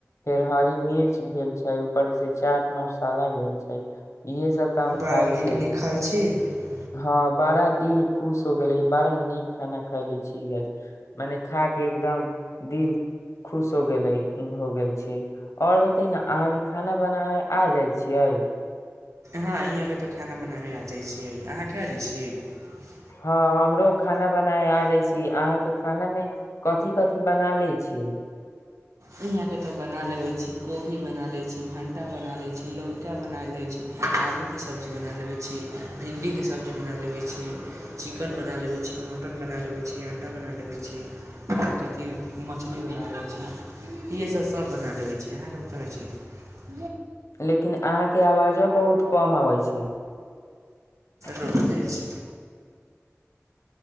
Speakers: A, on the left; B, on the right.
A: फेर हरी मिर्च भेल छै ऊपर से चाट मसाला भेल छै इहे सब। तऽ हम
B: बड़ा
A: खाय
B: नीक-
A: छियै
B: नीक हाल छी। <unintelligible>
A: हँ बड़ा दिल खुश हो गेलै बड़ा नीक खाना खायले छीिय मने खा के एकदम दिल खुश हो गेले हो गेल छियै आओर बते ने अहाँके खाना बनाबे आ जाइ छियै। <unintelligible>
B: हँ इहाँके तऽ खाना बनाबै आ जाइ छियै अहाँ क आ जाइ छी। <unintelligible>
A: हँ हमरो खाना बनाब आ जाै छी अहाँके खाना मे कथिी- कथिी बना ले छियै। <unintelligible>
B: यियाँके तऽ बना लेबैत छी कोबी बना लैत छी भण्टा बना लैत छी लड़का बना लैत छी आलूके सब्जी बना लेबैत छी भिंडीके सब्जी बना लेबैत छी चिकन बना लेबैत छी मटन बना लेबैत छी अंडा बना लेबैत छी कथी मछली बना लबैत छी। इएहसभ सभ बना लेबै छी अहाँकेँ बताबै छी। <unintelligible>
A: लेकिन अहाँके आवाजो बहुत कम अबै छै। <unintelligible>
B: रुक जाइ छी